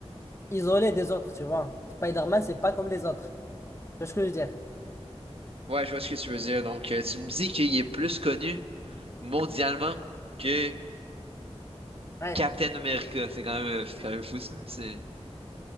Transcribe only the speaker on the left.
isolé des autres, tu vois. Spider-Man, c'est pas comme les autres. Tu vois ce que je veux dire?
Ouais.